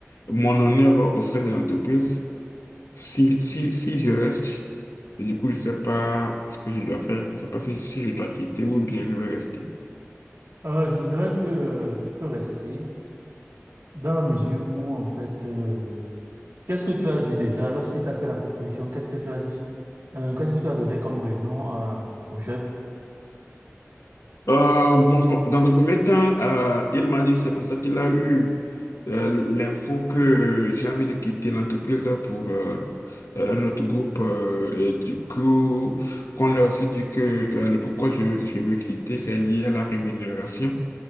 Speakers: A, on the left; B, on the right.
A: mon honneur au sein de l'entreprise? Si, si, si je reste, et du coup, je ne sais pas ce que je dois faire. Je ne sais pas si, si je dois quitter ou bien je vais rester.
B: Euh, je dirais que euh, tu peux rester dans la mesure où, en fait, euh, qu'est-ce que tu as dit déjà lorsqu'il t'a fait la proposition? Qu'est-ce que tu as dit? Euh, qu'est-ce que tu as donné comme raison euh, au chef?
A: Euh, bon, bon, dans un premier temps, euh, il m'a dit que c'est comme ça qu'il a eu euh, l'info que j'ai envie de quitter l'entreprise pour euh, euh, un autre groupe. euh, et du coup, qu'on a aussi dit que euh, le pourquoi je, je veux quitter, c'est lié à la rémunération.